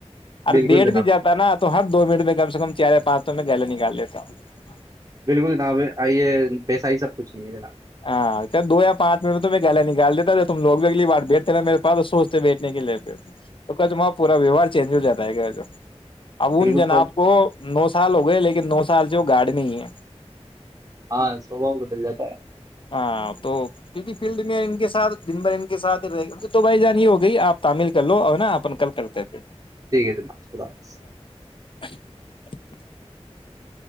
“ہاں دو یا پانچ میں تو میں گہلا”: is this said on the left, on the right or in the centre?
Left